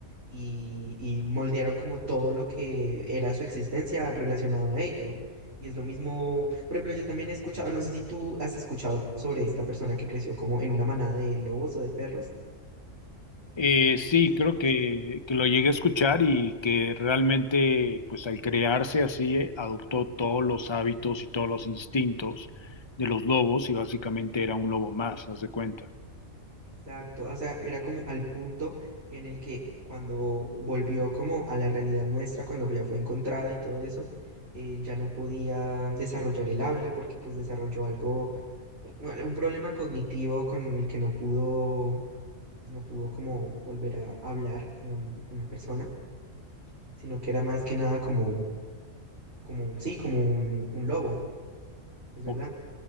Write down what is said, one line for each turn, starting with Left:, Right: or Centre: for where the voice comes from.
Right: y, y moldearon como todo lo que era su existencia relacionado a ello. Y es lo mismo, por ejemplo, yo también he escuchado, no sé si tú has escuchado sobre esta persona que creció como en una manada de lobos o de perros.
Left: Eh, sí,
Right: ¿Has escuchado
Left: creo que,
Right: sobre
Left: que lo llegué a escuchar y que realmente, pues al crearse así, eh, adoptó todos los hábitos y todos los instintos de los lobos y básicamente era un lobo más, haz de cuenta.
Right: Exacto, o sea, era como al punto en el que cuando volvió como a la realidad nuestra, cuando ya fue encontrada y todo eso, eh, ya no podía desarrollar el habla porque pues desarrolló algo, eh, bueno, un problema cognitivo con el que no pudo, pues no pudo como volver a hablar como un- una persona, sino que era más que nada como, como, sí, como un, un lobo, es verdad.
Left: Ok.